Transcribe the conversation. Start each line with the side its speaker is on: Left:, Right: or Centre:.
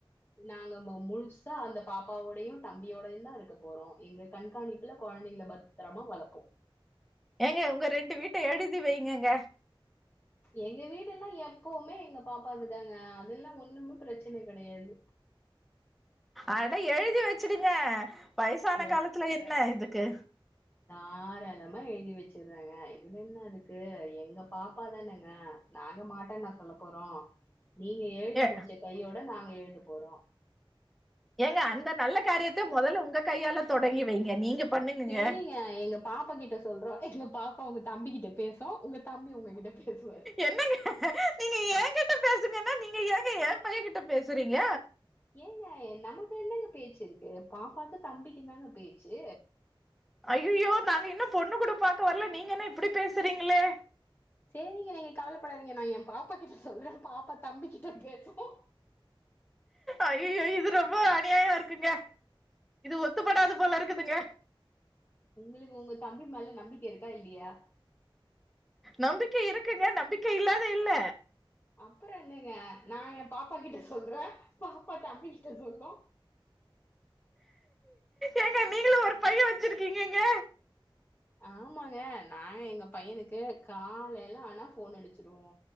Left: நாங்க ம முழு சா அந்த பாப்பாவோடையு தம்பியோடையுந்தா இருக்க போறோ எங்க கண்காணிப்புல கொழந்தைங்கள பத்திரமா வளப்போ
Centre: ஏங்க உங்க ரெண்டு வீட்ட எழுதி வைங்கங்க
Left: எங்க வீடுல்லா எப்பவுமே எங்க பாப்பாக்குதாங்க அதுல்லா ஒன்னுமே பிரச்சன கெடையாது
Centre: அட எழுதி வச்சுடுங்க வயசான
Left: எ
Centre: காலத்துல என்ன இதுக்கு
Left: தாராளமா எழுதி வச்சிர்றேங்க இதுல என்ன இருக்கு எங்க பாப்பாதானெங்க நாங்க மாட்டேன்னா சொல்ல போறோ நீங்க எழுதி
Centre: ஏ
Left: முடிச்ச கையோட நாங்க எழு த போறோ
Centre: ஏங்க அந்த நல்ல காரியத்த மொதல்ல உங்க கையால தொடங்கி வைங்க நீங்க பண்ணுங்கங்க
Left: சேரிங்க எங்க பாப்பா கிட்ட சொல்றோ எங்க பாப் பா உங்க தம்பி கிட்ட பேசா உங்க தம்பி உங்ககிட்ட பேசுவாரு
Centre: என்னங்க நீங்க ஏங்கிட்ட பே சுங்கன்னா நீங்க ஏங்க ஏ பைய கிட்ட பேசுறீங்க
Left: ஏங்க நமக்கு என்னங்க பேச்சு இருக்கு பாப்பாக்கு தம்பிக்கு தாங்க பேச்சு
Centre: அய்யய்யோ நாங்க இன்னு பொண்ணு கூட பாக்க வர்ல நீங்க என்ன இப்புடி பேசுறீங்ளே?
Left: சேரிங்க நீங்க கவலப்படாதீங்க நா எ பாப்பா கிட்ட சொல்றே பாப்பா தம்பிக் கிட்ட பேசுவா
Centre: அய்யயோ இது ரொம்ப அநியாயொ இருக்குங்க இது ஒத்துப்படாது போல இருக்குதுங்க
Left: உங்களுக்கு உங்க தம்பி மேல நம்பிக்க இருக்கா இல்லியா?
Centre: நம்பிக்க இருக்குங்க நம்பிக்க இல்லாத இல்ல
Left: அப்புறொ என்னங்க நா எ பாப்பா கிட்ட சொல்றே பாப்பா தம்பி கிட்ட சொல்லு
Centre: ஏங்க நீங்களு ஒரு பைய வச்சிருக்கீங்கங்க
Left: ஆமாங்க நாங்க எங்க பையனுக்கு காலைல ஆனா ஃபோன் அடுச்சுருவோ